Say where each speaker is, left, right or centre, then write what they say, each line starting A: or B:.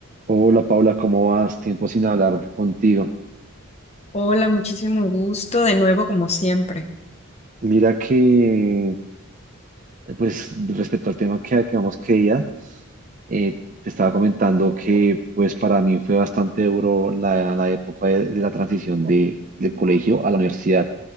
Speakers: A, on the right (about 35°); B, on the left (about 30°).
A: Hola Paula, ¿cómo vas? Tiempo sin hablar contigo.
B: Hola, muchísimo gusto de nuevo como siempre.
A: Mira que, pues respecto al tema que acabamos que día, eh, te estaba comentando que pues para mí fue bastante duro la, la época de, de la transición de, del colegio a la universidad,